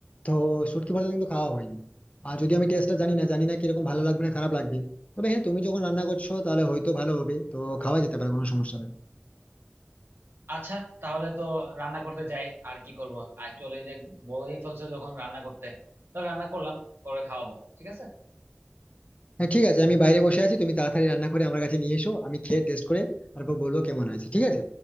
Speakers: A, on the left; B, on the right.
A: তো শুটকি ভর্তা কিন্তু খাওয়া হয়নি আর যদি আমি টেস্টটা জানি না জানি না কিরকম ভালো লাগবে না খারাপ লাগবে তবে হ্যাঁ তুমি যখন রান্না করছো তাহলে হয়তো ভালো হবে তো খাওয়া যেতে পারে কোনো সমস্যা নেই
B: আচ্ছা তাহলে তো রান্না করতে যাই আর কি করব আর চলে যে বলেই ফেলছো যখন রান্না করতে তাহলে রান্না করলাম করে খাওয়াবো ঠিক আছে
A: হ্যাঁ ঠিক আছে আমি বাইরে বসে আছি তুমি তাড়াতাড়ি রান্না করে আমার কাছে নিয়ে এসো আমি খেয়ে টেস্ট করে তারপর বলবো কেমন হয়েছে ঠিক আছে